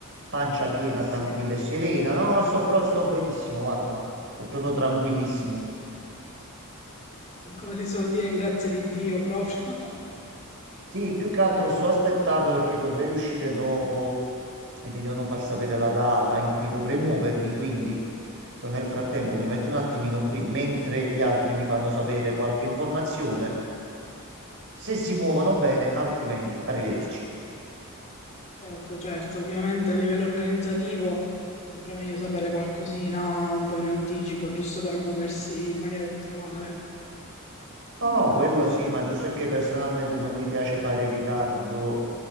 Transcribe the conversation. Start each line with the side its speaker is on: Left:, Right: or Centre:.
Right: pancia
Left: Ah,
Right: piena,
Left: benissimo.
Right: tranquilla e serena. No, sto, pro- sto benissimo, guarda, sto proprio tranquillissimo.
Left: Come si suol dire, in grazia di Dio proprio. <laughs>
Right: Sì, più che altro sto aspettando perché dovrei uscire dopo e mi devono far sapere la data in cui dovrei muovermi, quindi to- nel frattempo mi metto un attimino qui mentre gli altri mi fanno sapere qualche informazione. Se si muovono bene, altrimenti arrivederci.
Left: Certo, certo, ovviamente a livello organizzativo sempre meglio sapere qualcosina un po' in anticipo, giusto per muoversi in maniera ottimale.
Right: No,
Left: Mm,
Right: no, quello sì, ma giusto è che personalmente non mi piace fare ritardo,